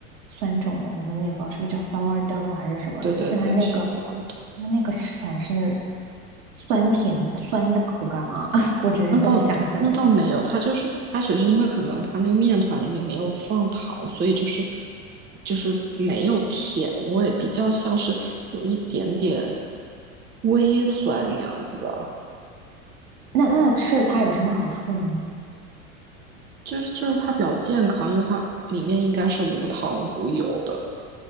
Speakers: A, on the right (about 75°); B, on the right (about 25°).
A: 酸种的那个面包是不是叫 sourdough 还是什么？
B: 对对对，
A: 那它那个
B: 是 sorry。
A: 那那个吃起来是酸甜酸的口感吗？<laughs> 我只能这么想象了。
B: 那倒那倒没有，它就是它只是因为可能它那个面团里面没有放糖，所以就是就是没有甜味，比较像是有一点点微酸那样子吧。
A: 那那吃了它有什么好处呢？
B: 就是就是它比较健康，因为它里面应该是无糖无油的，